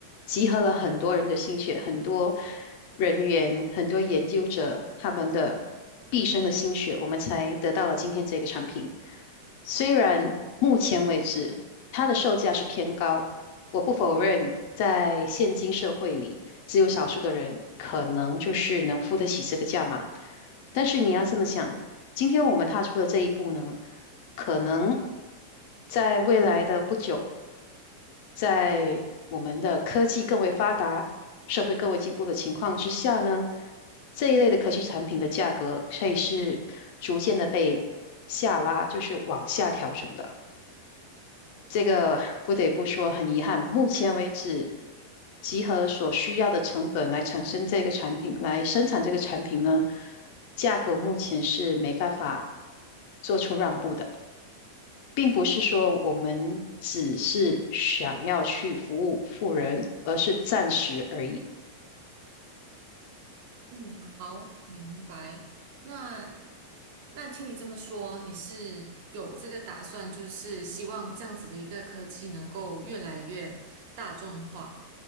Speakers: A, on the left; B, on the right.
A: 集合了很多人的心血，很多人员，很多研究者他们的毕生的心血，我们才得到了今天这个产品。虽然目前为止它的售价是偏高，我不否认，在现今社会里，只有少数的人可能就是能付得起这个价码。但是你要这么想，今天我们踏出的这一步呢？可能在未来的不久，在我们的科技更为发达、社会更为进步的情况之下呢，这一类的科技产品的价格会是逐渐的被下拉，就是往下调整的。这个不得不说很遗憾，目前为止，集合所需要的成本来产生这个产品，来生产这个产品呢，价格目前是没办法做出让步的。并不是说我们只是想要去服务富人，而是暂时而已。
B: 嗯，好，明白。那那听你这么说，你是有这个打算，就是希望这样子的一个科技能够越来越大众化，